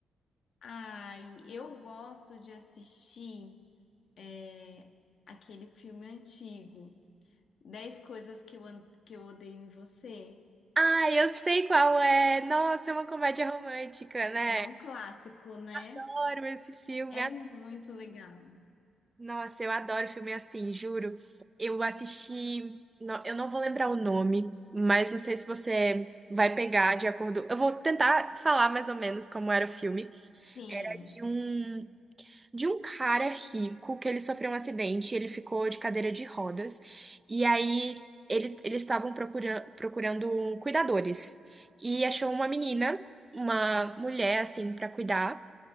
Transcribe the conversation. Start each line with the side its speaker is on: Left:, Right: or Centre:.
Left: Ai, eu gosto de assistir é, aquele filme antigo. dez coisas que eu, an- que eu odeio em você.
Right: Ah, eu sei qual é. Nossa, é uma comédia romântica, né?
Left: É um clássico, né?
Right: Adoro esse filme.
Left: É muito legal.
Right: Nossa, eu adoro filme assim, juro. Eu assisti, não- eu não vou lembrar o nome, mas não sei se você vai pegar de acordo. Eu vou tentar falar mais ou menos como era o filme.
Left: Sim.
Right: Era de um de um cara rico que ele sofreu um acidente, ele ficou de cadeira de rodas, e aí ele, eles estavam procurando, procurando cuidadores, e achou uma menina, uma mulher, assim, pra cuidar,